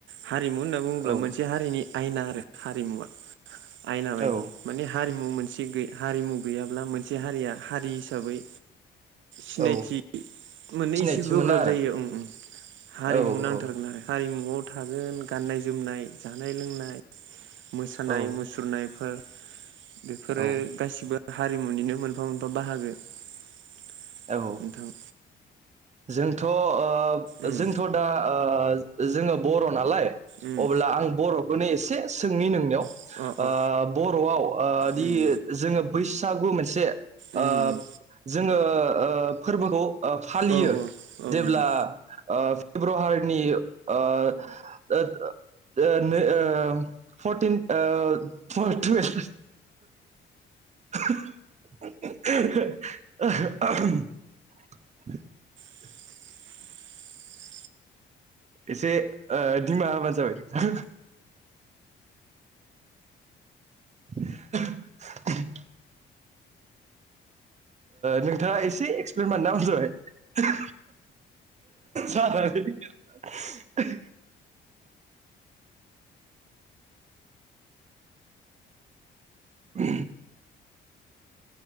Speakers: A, on the right; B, on the right.
A: हारिमु होनना बुङोब्ला
B: औ
A: मोनसे हारिनि आयना आरो हारिमुवा। आयना बायदि
B: औ
A: माने हारि। मुं मोनसे गो हारिमु गैयाब्ला मोनसे हारिया हारि हिसाबै। सिनायथि।
B: औ
A: मोननो
B: सिनायथि
A: एसे गोब्राब
B: मोना
A: जायो ओम ओम
B: आरो
A: हारिमु नांथारगोन
B: औ
A: आरो हारिमुवआव। थागोन गाननाय जोमनाय जानाय लोंनाय। मोसानाय
B: औ
A: मुसुरनायफोर बेफोरो
B: औ
A: गासिबो हारिमुनिनो मोन। मोनफा मोनफा बाहागो नोंथां।
B: औ जोंथ' ओ
A: उम
B: जोंथ' दा ओ जोङो बर'। नालाय
A: उम
B: अब्ला आं बर'खौनो एसे सोंनि नोंनियाव।
A: अ
B: ओ
A: अ
B: बर'आव ओ दि
A: उम
B: जोङो बैसागु मोनसे।
A: उम
B: ओ
A: उम
B: जोङो ओ फोरबोखौ ओ फालियो।
A: औ
B: जेब्ला
A: औ नोंथां
B: ओ फेब्रुवारिनि ओ ओ। ओ नै ओ फरटिन ओ फरटुेलभ <unintelligible>
A: <inaudible>
B: <inaudible> एसे ओ दिमाबानो जाबाय। <unintelligible> नोंथाङा एसे एक्सप्लेन बानायना होबानो जाबाय जालालै स अ